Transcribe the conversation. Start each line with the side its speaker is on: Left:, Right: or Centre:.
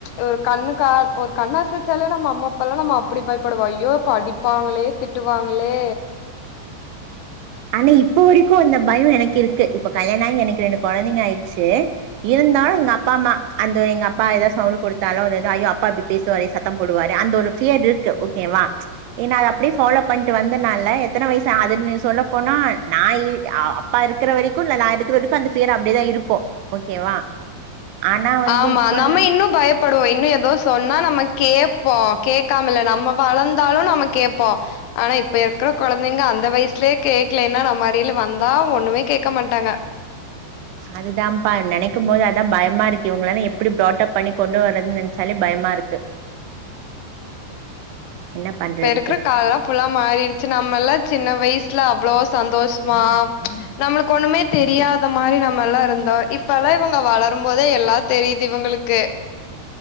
Left: ஒரு கண்ணு கா ஒரு கண்ண அசச்சாலே நம்ம அம்மாப்பால்லா நம்ம அப்டி பயப்படுவோ ஐயோ இப்ப அடிப்பாங்களே திட்டுவாங்களே
Right: ஆனா இப்ப வரைக்கு அந்த பயம் எனக்கு இருக்கு இப்ப கல்யாணோ ஆகி எனக்கு ரெண்டு குழந்தைங்க ஆயிடுச்சு இருந்தாலு எங்க அப்பா அம்மா அந்த ஒரு எங்க அப் பா ஏதாவது சவுண்ட் கொடுத்தாலு ஒரு தா அயோ அப்பா இப்டி பேசுவாறே சத்தம் போடுவாறே அந்த ஒரு ஃபியர் இருக்கு ஓகேவா ஏன்னா அது அப்டியே ஃபாலோ பண்ட்டு வந்தனால எத்தன வயசு ஆது நீ சொல்ல நா இ அப்பா இருக்குற வரைக்கு நல்ல நா எடுக்கதுக்கு அந்த ஃபியர் அப்படியேதா இருக்கு ஓகேவா ஆனா வந்து
Left: ஆமா
Right: இப்பல்லா
Left: நம்ம இன்னு பய ப்படுவோ இன்னு ஏதோ சொன்னா நம்ம கேட்போ கேட்காமல்ல நம்ம வளர்ந்தாலு நம்ம கேட்போ ஆனா இப்ப இருக்கிற குழந்தைங்க அந்த வயசுலயே கேக்கலன்னா நம்மறில வந்தா ஒண்ணுமே கேட்க மாட்டாங்க
Right: அதுதான்ப்பா நினைக்கு போது அதா பயமா இருக்கு இவங்களலா எப்டி ப்ராடப் பண்ணி கொண்டு வர்றதுன்னு நினைச்சாலே பயமா இருக்கு என்ன பண்றதுக்கு
Left: இப்ப இருக்கிற காலலா ஃபுல்லா மாறிடுச்சு நம்ம எல்லா சின்ன வயசு வீட்ல அவ்ளோ சந்தோஷமா நம்மளுக்கு ஒண்ணுமே தெரியாத மாதிரி நம்ம எல்லா இருந்தோ இப்பெல்லா இவங்க வளரும்போதே எல்லா தெரியுது இவங்களுக்கு